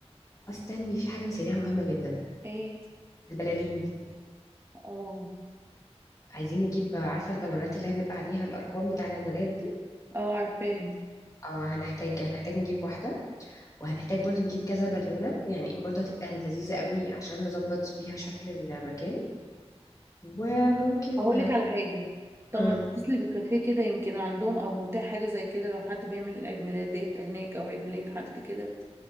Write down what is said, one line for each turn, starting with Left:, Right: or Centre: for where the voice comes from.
Left: استني في حاجه نسيناها مهمه جدا
Right: ايه
Left: البلالين
Right: اه
Left: عايزين نجيب عارفه البالونات اللي هي بيبقى عليها الارقام بتاع العيد ميلاد دي
Right: اه عارفاه
Left: اه هنحتاج هنحتاج نجيب واحده وهنحتاج برضو نجيب كذا بالونة يعني برضو هتبقى لذيذة قوي عشان نظبط بيها شكل المكان وممكن
Right: هقولك على حاجة طب
Left: امم
Right: ما تتصلي بكافيه كده يمكن عندهم او متاح حاجة زي كده لو حد بيعمل عيد ميلادات هناك او عيد ميلاد حد كده